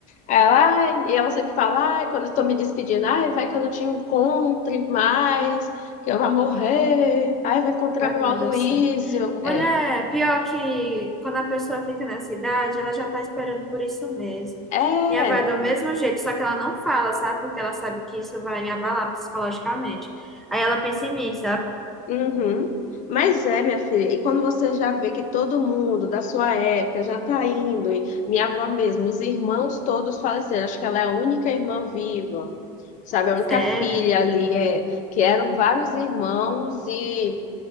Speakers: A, on the left; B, in the centre.
A: Aí Ela, ai, e ela sempre fala: ai, quando eu tô me despedindo, ai, vai que eu não te encontre mais, que eu vou morrer, ai, vou encontrar
B: Vale,
A: meu Aloysio.
B: meu Deus do céu. Mulher,
A: É.
B: pior que quando a pessoa fica na cidade, ela já tá esperando por isso mesmo.
A: É,
B: Minha avó é do mesmo jeito, só que ela não fala, sabe? Porque ela sabe que isso vai me abalar psicologicamente. Aí ela pensa em mim, sabe?
A: Uhum. Mas é, minha filha, e quando você já vê que todo mundo da sua época já tá indo, e minha avó mesmo, os irmãos todos faleceram, acho que ela é a única irmã viva, sabe? A única
B: Sério?
A: filha ali, é, que eram vários irmãos e,